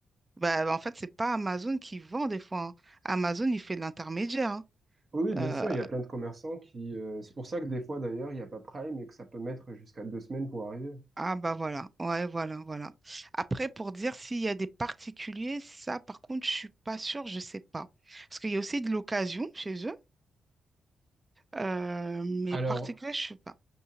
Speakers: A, on the right; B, on the right.
A: bah, en fait, c'est pas Amazon qui vend des fois. hein. Amazon, il fait de l'intermédiaire. hein.
B: Oui, oui, bien
A: Euh,
B: sûr, il y a plein de commerçants qui... euh, c'est pour ça que des fois, d'ailleurs, il n'y a pas Prime et que ça peut mettre jusqu'à deux semaines pour arriver.
A: ah bah voilà, ouais, voilà, voilà. Après, pour dire s'il y a des particuliers, ça, par contre, je suis pas sûre, je sais pas, parce qu'il y a aussi de l'occasion chez eux, euh, mais
B: Alors,
A: particulier, je sais pas.